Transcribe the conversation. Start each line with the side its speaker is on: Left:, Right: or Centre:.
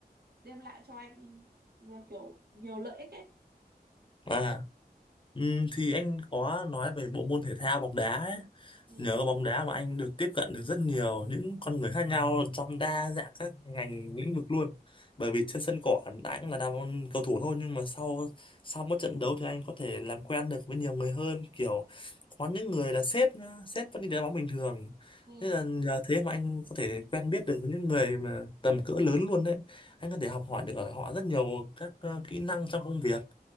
Right: đem lại cho anh là kiểu nhiều lợi ích ấy
Left: à ừ, thì anh có nói về bộ môn thể thao bóng đá ấy
Right: ừ.
Left: nhờ bóng đá mà anh được tiếp cận được rất nhiều những con người khác nhau trong đa dạng các ngành lĩnh vực luôn bởi vì trên sân cỏ anh cũng là đam cầu thủ thôi nhưng mà sau sau mỗi trận đấu thì anh có thể làm quen được với nhiều người hơn kiểu có những người là sếp nữa, sếp vẫn đi đá bóng bình thường
Right: Ừ.
Left: thế là nhờ thế mà anh có thể quen biết được với những người mà tầm cỡ lớn luôn đấy anh có thể học hỏi
Right: Ừ.
Left: được ở họ rất nhiều các ờ, kỹ năng trong công việc